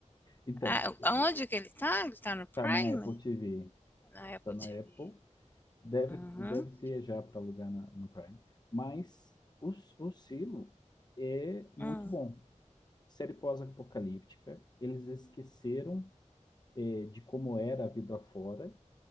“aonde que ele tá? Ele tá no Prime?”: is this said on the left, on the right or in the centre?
Left